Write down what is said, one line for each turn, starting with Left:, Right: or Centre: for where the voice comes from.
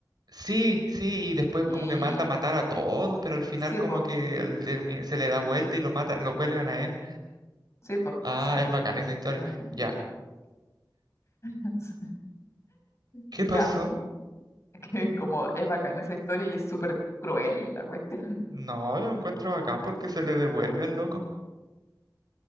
Right: Sí, sí, y después
Left: Y
Right: como que manda a matar a todos, pero al final
Left: sí,
Right: como
Left: po,
Right: que él termi- se le da vuelta y lo matan, lo cuelgan a él.
Left: sí, po,
Right: Ah,
Left: sí.
Right: es bacán
Left: Porque
Right: esa historia. Ya.
Left: <laughs>
Right: ¿Qué
Left: ya,
Right: pasó?
Left: que como es bacana esa historia y es súper cruel la cuestión. <laughs>
Right: No, yo lo encuentro bacán porque se le devuelve al loco.